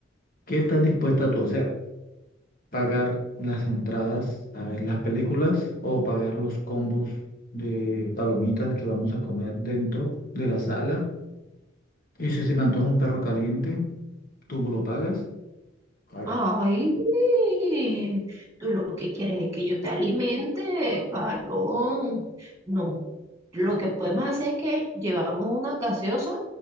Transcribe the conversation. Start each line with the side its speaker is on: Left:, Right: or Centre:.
Left: ¿qué estás dispuesta tú a hacer? ¿Pagar las entradas a ver las películas o pagar los combos de palomitas que vamos a comer dentro de la sala? Y si se me antoja un perro caliente, ¿tú me lo pagas? Claro.
Right: Ay, sí, tú lo que quieres es que yo te alimente, carón. No, lo que podemos hacer es que llevamos una gaseosa